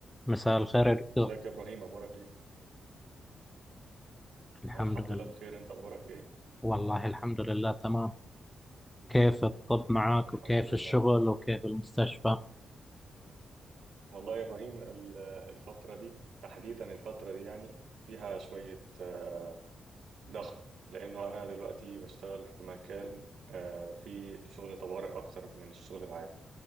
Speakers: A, in the centre; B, on the right (about 80°).
A: مساء الخير يا دكتور
B: ازيك يا ابراهيم اخبارك ايه
A: الحمد
B: انا الحمد
A: لله
B: لله بخير انت اخبارك ايه
A: والله الحمد لله تمام كيف الطب معك
B: طب الحمد
A: وكيف
B: لله
A: الشغل وكيف المستشفى
B: والله يا ابراهيم ال- الفتره دي تحديدا الفتره دي يعني فيها شويه آه، ضغط لانه انا دلوقتي بشتغل في مكان آه، فيه شغل طوارئ اكتر من الشغل العادي